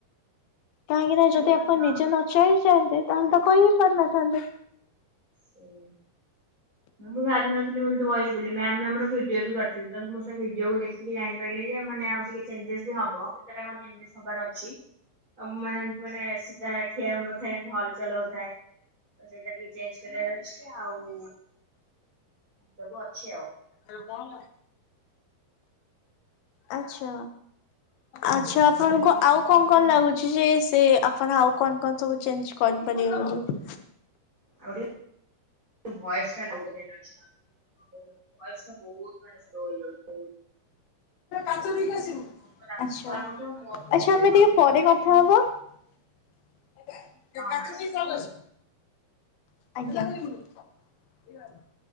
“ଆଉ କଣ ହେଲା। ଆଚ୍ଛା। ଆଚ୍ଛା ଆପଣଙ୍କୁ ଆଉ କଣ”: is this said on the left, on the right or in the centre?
Left